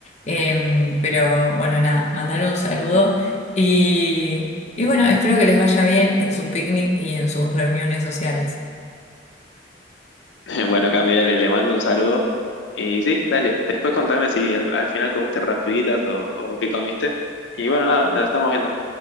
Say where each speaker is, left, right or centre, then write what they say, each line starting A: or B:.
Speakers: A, on the left; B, on the left.
A: Em, pero bueno, nada, mandar un saludo y, y bueno, espero que les vaya bien en su picnic y en sus reuniones sociales.
B: <laughs> Bueno, Cami, dale, le mando un saludo. Y sí, dale, después contame si al, al final comiste rapiditas o, o qué comiste. Y bueno, nada, nos estamos viendo.